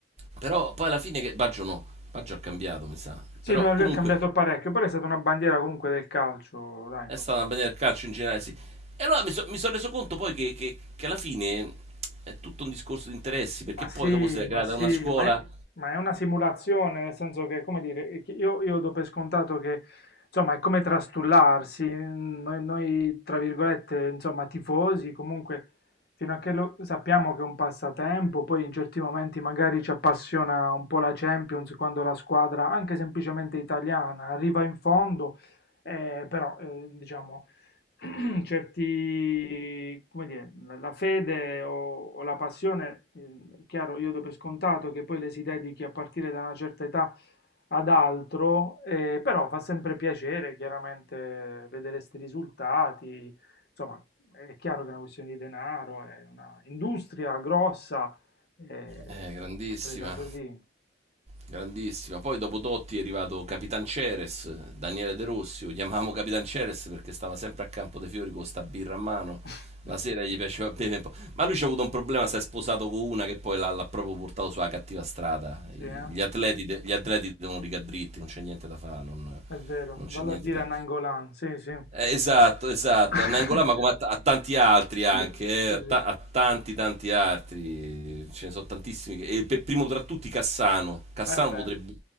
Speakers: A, on the right; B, on the left.
A: però poi alla fine che... Baggio no, Baggio ha cambiato mi sa,
B: Sì,
A: però
B: no, lui
A: comunque
B: è cambiato parecchio, però è stata una bandiera comunque del calcio, dai.
A: è stata una bandiera del calcio in generale sì. E allora mi, so- mi sono reso conto poi che, che- che alla fine è tutto un discorso di interessi, perché
B: Ma
A: poi
B: sì,
A: dopo si è creata
B: ma sì,
A: una scuola
B: ma è, ma è una simulazione, nel senso che, come dire, che io, io do per scontato che, insomma, è come trastullarsi, mm, noi, noi, tra virgolette, insomma, tifosi, comunque, fino a che lo, sappiamo che è un passatempo, poi in certi momenti magari ci appassiona un po' la Champions, quando la squadra, anche semplicemente italiana, arriva in fondo, eh, però, eh, diciamo, <clears throat> certi, come dire, la la fede o, o la passione, eh, è chiaro, io do per scontato che poi le si dedichi a partire da una certa età ad altro, eh, però fa sempre piacere, chiaramente, vedere questi risultati. Insomma, è chiaro che è una questione di denaro, è una industria grossa, eh,
A: eh, grandissima,
B: l'ha presa così.
A: Grandissima. Poi dopo Totti è arrivato Capitan Ceres, Daniele De Rossi, lo chiamavamo Capitan Ceres perché stava sempre a Campo dei Fiori con sta birra a mano.
B: <laughs>
A: La sera gli piaceva bere un po'. Ma lui c'ha avuto un problema, si è sposato con una che poi l'ha, l'ha proprio portato sulla cattiva strada.
B: Sì,
A: I-
B: eh?
A: Gli atleti, de- gli atleti devono rigare dritti, non c'è niente da fare, non,
B: È vero,
A: non c'è
B: vallo
A: niente
B: a dire
A: da...
B: a Nangolan, sì, sì.
A: Eh, Esatto, esatto,
B: <laughs>
A: Nangola, ma come a, t- a tanti altri anche,
B: Sì,
A: eh,
B: sì.
A: a, ta- a tanti tanti altri, ce ne sono tantissimi, che- e per primo tra tutti Cassano, Cassano
B: Eh beh,
A: potrebbe,